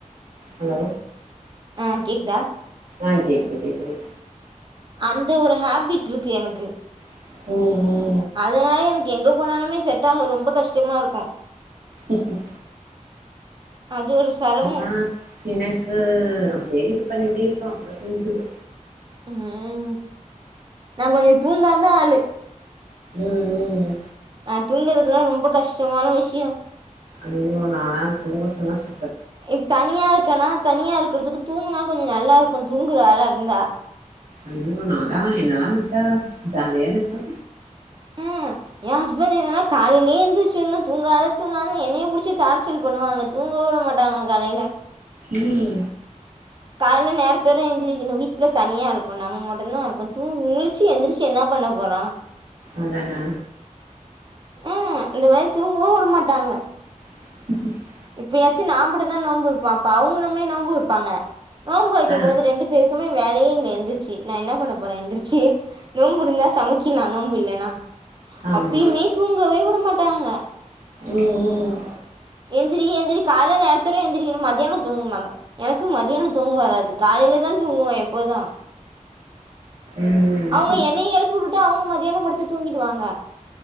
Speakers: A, on the right; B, on the right.
A: ஹலோ
B: ஆ கேக்தா
A: ஆ கேக்குது கேக்குது
B: அந்த ஒரு ஹேபிட்ருக்கு எனக்கு
A: ம் ம்
B: அதனால எனக்கு எங்க போனாலுமே செட்டாக ரொம்ப கஷ்டமாருக்கும்
A: ம் ம்
B: அது ஒரு சிரமம்
A: ஆ எனக்கு அப்டியே இது பண்ணிட்டேருக்கும் அப்றம் தூங்கிடுவ
B: ம் நா கொஞ்ச தூங்காதா ஆளு
A: ம்
B: நா தூங்குறதுலா ரொம்ப கஷ்டமான விஷ்யம்
A: ஐயோ நாலா தூங்க சொன்னா சு
B: த் தனியா இருக்கனா தனியா இருக்கறதுக்கு தூங்குனா கொஞ்ச நல்லாருக்கும் தூங்குற ஆளாருந்தா
A: ஐயோ நாலா என்னலா விட்டா ஜாலியாருக்கு
B: அஹ எ ஹஸ்பண்ட் என்னன காலையிலே எந்திரிச்சொன்ன தூங்காத தூங்காத என்னைய புடிச்சி டார்ச்சல் பண்ணுவாங்க தூங்கவே வுட மாட்டாங்க காலைல
A: ம்
B: கால்ல நேரத்தோட எந்திரக்கணு வீட்ல தனியாருக்கு நம்ம மட்டுந்தாருக்கும் தூ முழிச்சி எந்திரிச்சி என்னா பண்ண போறோ
A: அதான
B: ஆ இந்த மேரி தூங்கவு வுடமாட்டாங்க
A: <inaudible>
B: இப்பியாச்சு நாமட்டுதா நோம்புருப்ப அப்ப அவுங்கனுமே நோம்பு இருப்பாங்க நோம்பு வைக்கும்
A: ஆ
B: போது ரெண்டு பேர் க்குமே வேலையேல எந்திரிச்சி நா என்ன பண்ண போற எந்திரிச்சி நோம்புருந்தா சமைக்கிலா நோம்பு இல்லனா
A: ஆமா
B: அப்பியுமே தூங்கவே வுடமாட்டாங்க
A: ம் ம்
B: எந்திரி எந்திரி காலைல நேரத்தோட எந்திரிக்கனு மதியான தூங்குமாங்க எனக்கு மதியான தூங்க வராது காலைலதா தூங்குவ எப்போது
A: ம்
B: அவங்க
A: ம்.
B: என்னைய எலுப் புட்டுட்டு அவுங்க மதியான படுத்து தூங்கிடுவாங்க